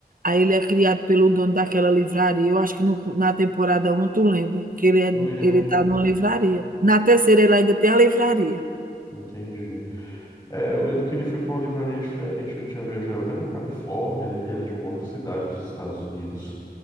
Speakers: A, on the right (about 55°); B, on the left (about 25°).
A: aí ele é criado pelo dono daquela livraria. Eu acho que no na temporada um tu lembra que ele é
B: Eu lembro.
A: ele tá numa livraria. Na terceira ele ainda tem a livraria.
B: Entendi. É, eu lembro que ele foi para uma livraria diferente, ele tinha viajado até para Califórnia, né? Ele era de uma outra cidade dos Estados Unidos,